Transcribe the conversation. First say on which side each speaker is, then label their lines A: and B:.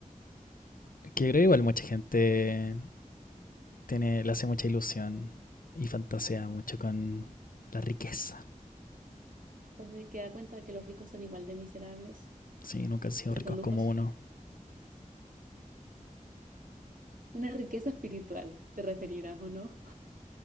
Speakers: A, on the left; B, on the right.
A: que creo igual mucha gente tiene, le hace mucha ilusión y fantasea mucho con la riqueza.
B: Entonces que da cuenta que los ricos son igual de miserables,
A: Sí, nunca han sido
B: pero
A: ricos
B: con lujos.
A: como uno,
B: Una riqueza espiritual, te referirás o no.